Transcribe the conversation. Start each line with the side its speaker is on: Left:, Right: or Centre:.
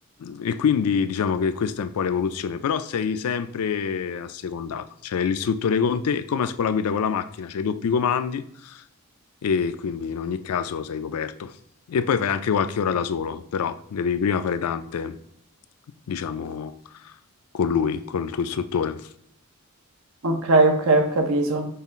Left: e quindi diciamo che questa è un po' l'evoluzione, però sei sempre assecondato, cioè l'istruttore con te è come a scuola guida con la macchina, c'hai i doppi comandi e quindi in ogni caso sei coperto. E poi fai anche qualche ora da solo, però ne devi prima fare tante, diciamo, con lui, con il tuo istruttore.
Right: ok, ok, ho capito.